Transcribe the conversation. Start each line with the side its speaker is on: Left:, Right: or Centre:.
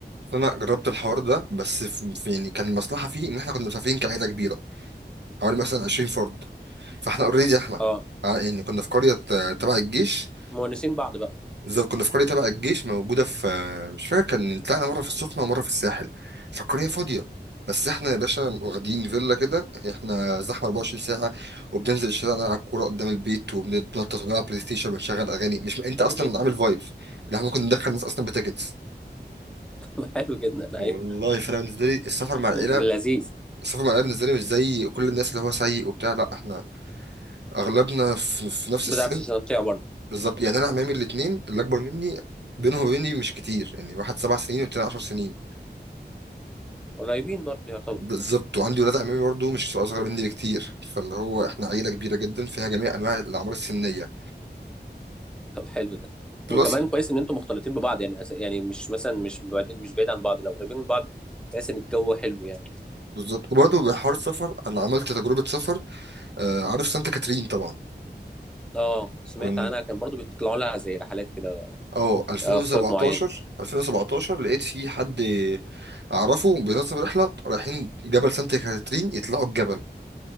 Right: فانا جربت الحوار ده بس في في- يعني كان المصلحه فيه ان احنا كنا مسافرين كعيله كبيره حوالي مثلا 20 فرد فاحنا اوريدي احنا
Centre: اه
Right: ع- يعني كنا في قريه آه، تبع الجيش
Centre: مونسين بعض بقى
Right: بالظبط كنا في قريه تبع الجيش موجوده في آه، مش فاكر كان طلعنا مره في السخنه ومره في الساحل فالقريه فاضيه بس احنا يا باشا واخدين فيلا كده احنا زحمه 24 ساعه وبننزل الشارع نلعب كوره قدام البيت وبنتنطط ونلعب بلاي ستيشن وبنشغل اغاني مش انت
Centre: حلو
Right: اصلا
Centre: جدا
Right: عامل فايبس اللي احنا ممكن ندخل الناس اصلا بتيكتس
Centre: <laughs> حلو جدا
Right: والله
Centre: ايوه
Right: فانا بالنسبه لي السفر مع العيله
Centre: لذيذ
Right: صف المعلمين بالنسبه لي مش زي كل الناس اللي هو سيء وبتاع لا احنا اغلبنا في, في نفس
Centre: بتعرف
Right: السن
Centre: تستمتع برضه
Right: بالظبط يعني انا عمامي الاثنين اللي اكبر مني بينهم وبيني مش كتير يعني واحد سبع سنين والتاني عشر سنين
Centre: قريبين برضه يعتبر
Right: بالظبط وعندي ولاد عمامي برضه مش اصغر مني بكتير فاللي هو احنا عيله كبيره جدا فيها جميع انواع الاعمار السنيه
Centre: طب حلو ده
Right: بلس
Centre: وكمان كويس ان انتوا مختلطين ببعض يعني أس- يعني مش مثلا مش بعيد مش بعيد عن بعض لو قريبين من بعض هتحس ان الجو حلو يعني
Right: بالظبط وبرضه بحوار السفر انا عملت تجربه سفر آه عارف سانتا كاترين طبعا
Centre: اه سمعت
Right: كن
Centre: عنها كان برضو بيطلعوا لها زي رحلات كده
Right: اه 2017
Centre: افواج معينه
Right: 2017 لقيت في حد اعرفه بينظم رحله رايحين جبل سانت كاترين يطلعوا الجبل